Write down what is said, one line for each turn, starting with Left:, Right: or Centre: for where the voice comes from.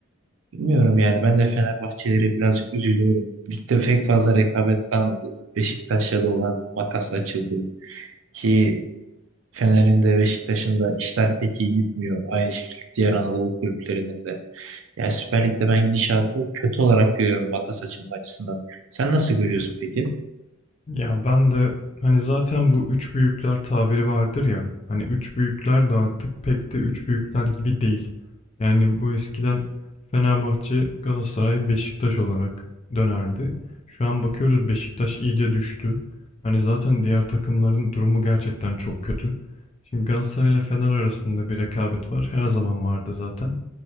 Right: Bilmiyorum yani ben de Fenerbahçelere birazcık üzülüyorum. Ligde pek fazla rekabet kalmadı. Beşiktaş'la da olan makas açıldı ki Fener'in de Beşiktaş'ın da işler pek iyi gitmiyor. Aynı şekilde diğer Anadolu kulüplerinin de. Yani Süper Lig'de ben gidişatı kötü olarak görüyorum makas açılma açısından. Sen nasıl görüyorsun peki?
Left: Ya ben de hani zaten bu üç büyükler tabiri vardır ya. Hani üç büyükler de artık pek de üç büyükler gibi değil. Yani bu eskiden Fenerbahçe, Galatasaray, Beşiktaş olarak dönerdi. Şu an bakıyoruz Beşiktaş iyice düştü. Hani zaten diğer takımların durumu gerçekten çok kötü. Şimdi Galatasaray ile Fener arasında bir rekabet var. Her zaman vardı zaten.